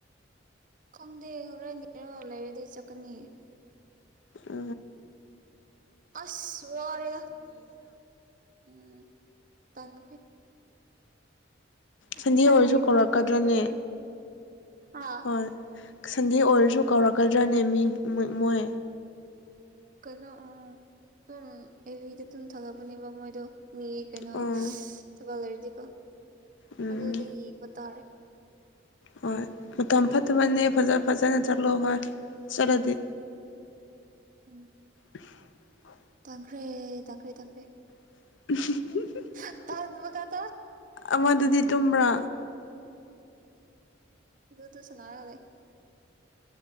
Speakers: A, on the right; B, on the left.
A: ꯈꯪꯗꯦ ꯍꯣꯔꯦꯟꯅꯤꯔꯣ ꯂꯩꯔꯗꯤ ꯆꯠꯀꯅꯤ
B: ꯑ
A: ꯑꯁꯁ ꯋꯥꯔꯦꯗ ꯎꯝ ꯇꯟꯈ꯭ꯔꯦ
B: ꯁꯟꯗꯦ
A: ꯏꯊꯟꯒꯤ
B: ꯑꯣꯏꯔꯁꯨ
A: ꯊꯕꯛ
B: ꯀꯧꯔꯛꯀꯗ꯭ꯔꯅꯦ
A: ꯇꯧꯅꯤꯡꯉꯦ ꯑꯥ
B: ꯍꯣꯏ ꯁꯟꯗꯦ ꯑꯣꯏꯔꯁꯨ ꯀꯧꯔꯛꯀꯗ꯭ꯔꯥꯅꯦ ꯃꯤ ꯃꯣꯏ
A: ꯀꯩꯅꯣ ꯑ ꯇꯨꯝ ꯑꯦꯚꯤꯗ ꯑꯗꯨꯨꯝ ꯊꯥꯒꯠꯄꯅꯦꯕ ꯃꯣꯏꯗꯣ ꯃꯤ ꯀꯩꯅꯣ
B: ꯑꯣ
A: ꯊꯒꯠ ꯂꯩꯔꯗꯤꯀꯣ
B: ꯎꯝ
A: ꯑꯗꯨꯗ ꯌꯦ ꯇꯔꯦ
B: ꯍꯣꯏ ꯃꯇꯝ ꯐꯠꯇꯕꯅꯦ ꯐꯖ ꯐꯖꯅ ꯆꯠꯂꯣ ꯍꯣꯏ ꯆꯠꯂꯗꯤ
A: ꯎꯝ
B: <unintelligible>
A: ꯇꯪꯈ꯭ꯔꯦ ꯇꯪꯈ꯭ꯔꯦ ꯇꯪꯈ꯭ꯔꯦ
B: <unintelligible>
A: <unintelligible>
B: ꯑꯃꯗꯨꯗꯤ ꯇꯨꯝꯕ꯭ꯔꯥ
A: ꯂꯨꯗꯣ ꯁꯅꯥꯔ ꯂꯩ